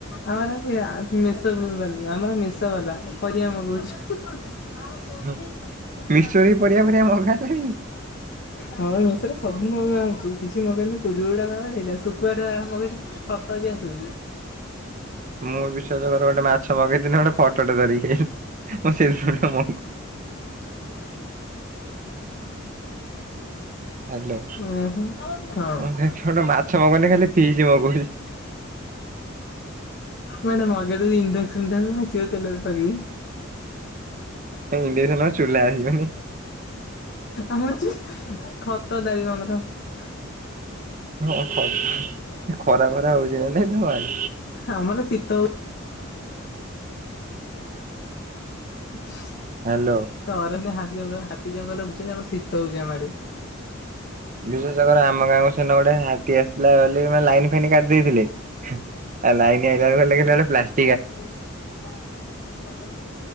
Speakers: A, on the left; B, on the right.
A: ଆମର <unintelligible> ଆମର ମିଶ ବାଲା ପରିବା ମଗଉଛୁ। ଆ ଚ
B: ହୁଁ
A: ଖଲା
B: ମିଶୋରି ପରିବା ଫରିବା ମଗା ହେଲାଣି
A: ହଁ ମେଷରେ ସବୁ ମଗା ହଉଛି କିଛି ମଗନି କୁଜୁ ଟା ଖବା ସେଇଟା ଶୁକୁଆ ଟା ଆରମ୍ଭ କରିି ଖତ ବି ଆସୁନି।
B: ମୁଁ ବିଶ୍ୱାସ କର ଗୋଟେ ମାଛ ମଗେଇଥିଲି ଗୋଟେ ଫୋଟୋ ଟେ ଧରିକି ଆଇଲି। ମୁଁ ସେଇଦିନଠୁ ମଗୁ ହ୍ୟାଲୋ
A: ଓହୋ ହଁ।
B: ମୁଁ ସେଠୁ <unintelligible>
A: ମାନେ ମଗେ ତ ଇଣ୍ଡସନ୍‌ <unintelligible>
B: ଇଣ୍ଡେସନ ଚୁଲା ଆସିବନି।
A: ଆମ ଖତ ତାରିବ ଆମର। ହଁ
B: ହଁ ଖରା ଫରା ହଉଛି ନା ନାଇଁ ତମ ଆଡେ
A: ଆମର ଶୀତ ହୋଉ ହଁ
B: ହ୍ୟାଲୋ।
A: ଅରନ୍ୟ ହାତୀ ହାତୀ ଜଙ୍ଗଲ ହଉଚି ନା ଆମର ଶୀତ ହୋଉଛି ଆମ ଆଡେ।
B: ବିଶ୍ଵାସ କର ଆମ ଗାଁକୁ ସେଦିନ ଗୋଟେ ହାତୀ ଆସିଥିଲା ବୋଲି ମାନେ ଲାଇନ୍ ଫାଇନ୍ କାଟି ଦେଇଥିଲେ। ଆ ଲାଇନ୍ ଆଇଲା <unintelligible>
A: ପାରେ ଗଲା ଆଉ କି ବଦଳ <unintelligible>